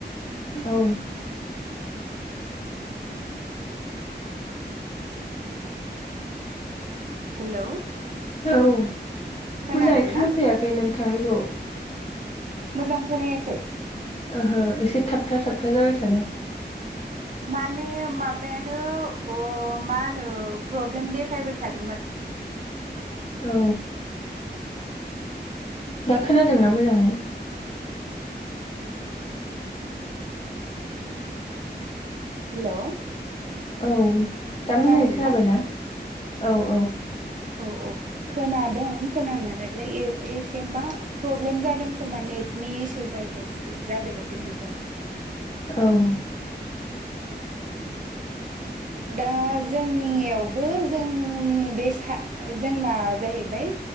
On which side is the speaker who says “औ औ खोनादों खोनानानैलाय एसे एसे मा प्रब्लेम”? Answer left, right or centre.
Right